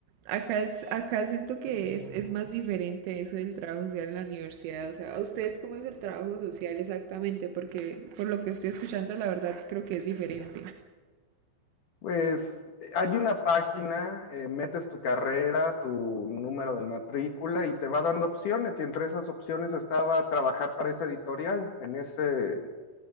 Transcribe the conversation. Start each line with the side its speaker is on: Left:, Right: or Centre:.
Right: Acá es, acá siento que es, es más diferente eso del trabajo social en la universidad. O sea, ¿a ustedes cómo es el trabajo social exactamente? Porque por lo que estoy escuchando, la verdad creo que es diferente.
Left: Pues hay una página, eh, metes tu carrera, tu número de matrícula y te va dando opciones. Y entre esas opciones estaba trabajar para esa editorial, en ese